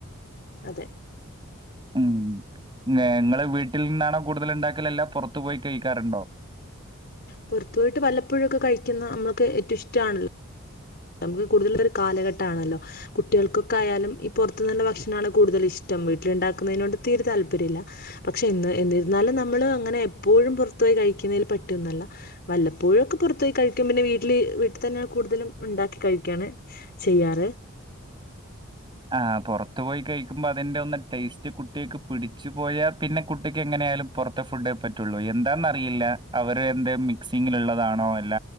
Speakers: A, on the left (about 50°); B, on the right (about 25°).
A: അതെ
B: ഉം നേ ഇങ്ങള് വീട്ടിൽ നിന്നാണോ കൂടുതല് ഉണ്ടാക്കല് അല്ല പോറത്തു പോയി കഴിക്കാറുണ്ടോ
A: പുറത്ത് പോയ്ട്ട് വല്ലപ്പോഴൊക്കെ കഴിക്കുന്ന നമ്മൾക്ക് ഏറ്റൊ ഇഷ്ടാണല്ലോ നമുക്ക് കൂടുതൽ ഒരു കാലഘട്ടാണല്ലോ കുട്ടികൾക്കൊക്കെ ആയാലും ഈ പുറത്ന്നുള്ള ഭക്ഷണാണ് കൂടുതലിഷ്ടം വീട്ടിലുണ്ടാക്കുന്നതിനോട് തീരെ താല്പര്യ ഇല്ല പക്ഷെ എന്ന് എന്നിരുന്നാലും നമ്മള് അങ്ങനെ എപ്പോഴും പോറത്ത് പോയി കഴിക്കുന്നതിൽ പേട്ട്ന്നല്ല വല്ലപ്പോഴൊക്കെ പോറത്തോയി കഴിക്കും പിന്നെ വീട്ടില് വീട്ട്തന്നെയാണ് കൂട്തലും ഉണ്ടാക്കി കഴിക്കാണ് ചെയ്യാറ്
B: ആ പോറത്ത് പോയി കഴിക്കുമ്പോ അതിന്റെ ഒന്ന് ടേസ്റ്റ് കുട്ട്യേക്ക് പിടിച്ച് പോയാ പിന്നെ കുട്ടിക്ക് എങ്ങനെ ആയാലും പുറ ത്തെ ഫുഡേ പറ്റൊള്ളൂ എന്താന്നറിയില്ല അവര് എന്ത് മിക്സിങ്ങിലുള്ളതാണോ അല്ല